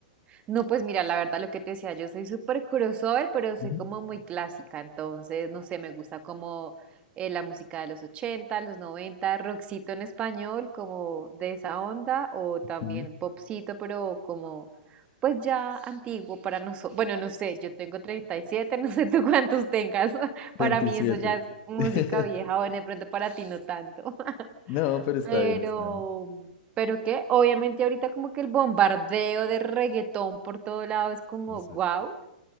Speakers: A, on the right; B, on the left.
A: No, pues mira, la verdad lo que te decía, yo soy súper crossover, pero soy
B: Ujú,
A: como muy clásica, entonces, no sé, me gusta como eh, la música de los 80, los 90, rockcito en español, como de esa onda, o también
B: ok.
A: popcito, pero como, pues ya antiguo para nosotros. Bueno, no sé, yo tengo 37 <laughs> no sé tú cuántos tengas, <laughs> para
B: 27.
A: mí eso ya es <laughs> música
B: <laughs>
A: vieja, o de pronto para ti no tanto.
B: No, pero está
A: Pero,
B: bien, está bien.
A: pero qué, obviamente ahorita como que el bombardeo de reggaetón por todo lado es como
B: está
A: wow.
B: bien.